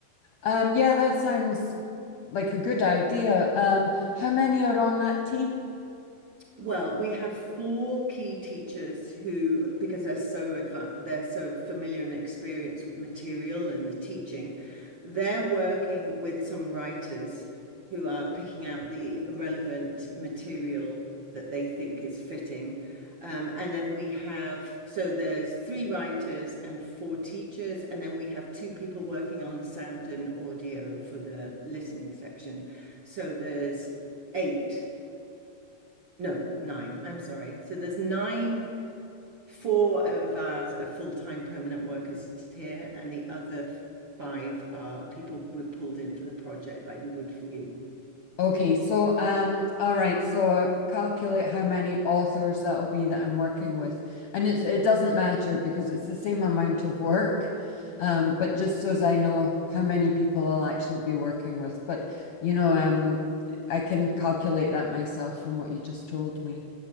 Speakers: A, on the left (about 70°); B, on the right (about 45°).
A: Um, yeah, that sounds like a good idea. Um, how many are on that team?
B: Well, we have four key teachers who, because they're so advanced, they're so familiar and experienced with material and the teaching, they're working with some writers who are picking out the relevant material that they think is fitting. Um, and then we have, so there's three writers and four teachers, and then we have two people working on the sound and audio for the listening section. So there's eight no, nine. I'm sorry. So there's nine, four of us are full-time permanent workers here, and the other five are people we're pulled in for the project, like we would for you.
A: Okay, so um, all right, so I calculate how many authors that'll be that I'm working with, and it's it doesn't matter because it's the same amount of work, um, but just so as I know how many people I'll actually be working with. But you know, um, I can calculate that myself from what you just told me.